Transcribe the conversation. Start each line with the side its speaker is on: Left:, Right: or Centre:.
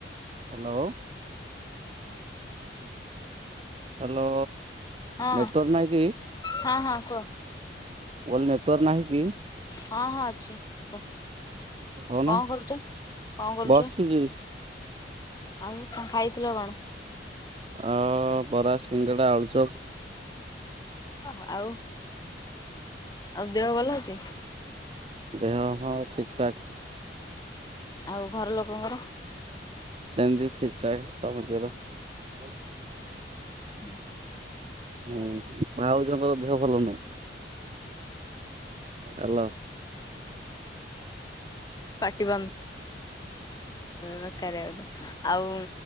Right: Hello. Hello
Left: ହଁ
Right: ନେଟୱାର୍କ ନାହିଁକି?
Left: ହଁ ହଁ କୁହ।
Right: ମୁଁ କହିଲି ନେଟୱର୍କ ନାହିଁ କି?
Left: ହଁ ହଁ ଅଛି କୁହ। କଣ
Right: କହୁନ
Left: କରୁଛ କଣ କରୁଛ?
Right: ବସିଛି
Left: ଆଉ କଣ ଖାଇଥିଲ କଣ?
Right: ଆ ବରା ସିଙ୍ଗଡ଼ା ଆଲୁଚପ।
Left: ଓହୋ। ଆଉ ଆଉ ଦେହ ଭଲ ଅଛି।
Right: ଦେହ ହ ଠିକ ଠାକ।
Left: ଆଉ ଘର ଲୋକଙ୍କର?
Right: ସେନ୍ତି ଠିକ୍ ଠାକ୍ ସମସ୍ତିଙ୍କର।
Left: ହୁଁ।
Right: ହୁଁ ଭାଉଜଙ୍କ ଦେହ ଭଲ ନାହିଁ। ହାଲୋ।
Left: ପାଟିିବନ୍ଦ ବେକାରୀଆ କଥା ଆଉ